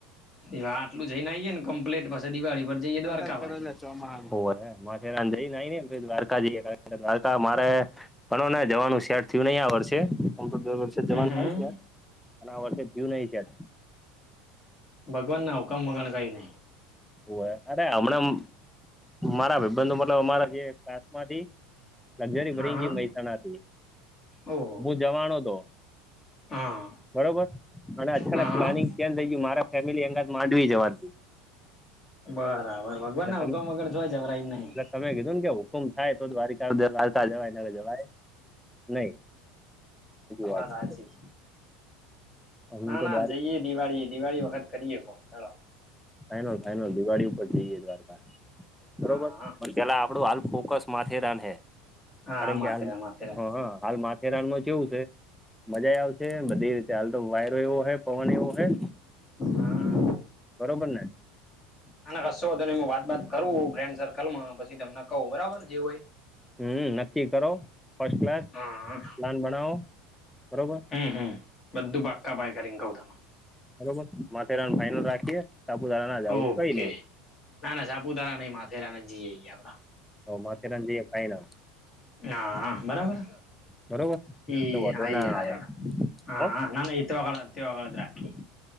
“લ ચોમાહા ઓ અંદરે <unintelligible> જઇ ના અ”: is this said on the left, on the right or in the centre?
Centre